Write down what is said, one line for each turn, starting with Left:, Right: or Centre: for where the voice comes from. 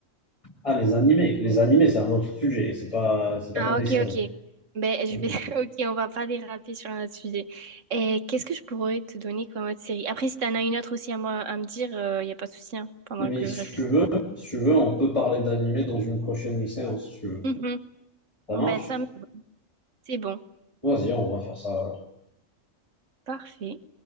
Left: Ah, les animés. Les animés, c'est un autre sujet. C'est pas, c'est pas
Right: Ah
Left: comme les
Right: ok,
Left: séries.
Right: ok. Ben je
Left: Ok.
Right: vais... <laughs> Ok, on va pas déraper sur un autre sujet. Et qu'est-ce que je pourrais te donner comme autre série? Après, si t'en as une autre aussi à, me à me dire, il y a pas de souci, hein, pendant
Left: Mais
Right: que
Left: si
Right: je réfléchis.
Left: tu veux, si tu veux, on peut parler d'animés dans une prochaine séance, si tu veux.
Right: Mhm.
Left: Ça marche?
Right: Ben ça, me- c'est bon.
Left: Vas-y, on va faire ça.
Right: Parfait.